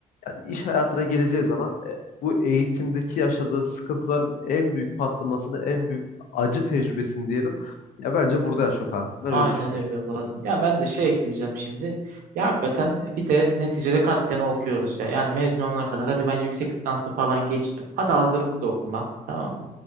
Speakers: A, on the left; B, on the right.
A: yani iş hayatına geleceği zaman e, bu eğitimdeki yaşadığı sıkıntıların en büyük patlamasını, en büyük acı tecrübesini diyelim. Ya bence burada yaşıyor kanka. Ben
B: Aynen
A: öyle düşünüyorum.
B: öyle Murat'ım. Ya ben de şey ekleyeceğim şimdi. Ya hakikaten e, bir de neticede kaç sene okuyoruz ya. Yani mezun olana kadar hadi ben yüksek lisanslı falan geçtim. Hadi hazırlık da okuma. Tamam mı?